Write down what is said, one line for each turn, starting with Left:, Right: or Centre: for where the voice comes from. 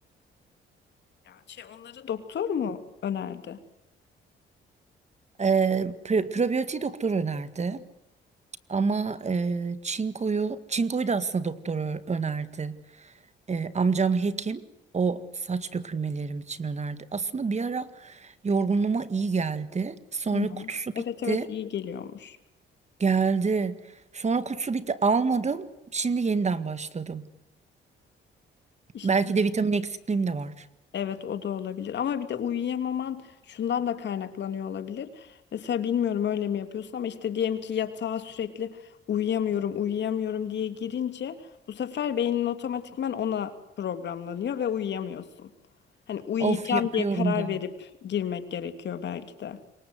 Left: Ya şey onları Doktor mu önerdi?
Right: Eee pre- probiyotiği doktor önerdi. Ama eee, çinkoyu, çinkoyu da aslında doktor ö- önerdi. Eee, amcam hekim. O saç dökülmelerim için önerdi. Aslında bir ara yorgunluğuma iyi geldi. Sonra
Left: Hı hı.
Right: kutusu
Left: Evet
Right: bitti.
Left: evet iyi geliyormuş.
Right: Geldi. Sonra kutusu bitti almadım. Şimdi yeniden başladım.
Left: İşte
Right: Belki de vitamin eksikliğim de var.
Left: evet o da olabilir ama bir de uyuyamaman şundan da kaynaklanıyor olabilir. Mesela bilmiyorum öyle mi yapıyorsun ama işte diyelim ki yatağa sürekli uyuyamıyorum uyuyamıyorum diye girince bu sefer beynin otomatikman ona programlanıyor ve uyuyamıyorsun. Hani uyuyacağım
Right: Of yapıyorum
Left: diye karar
Right: da.
Left: verip girmek gerekiyor belki de.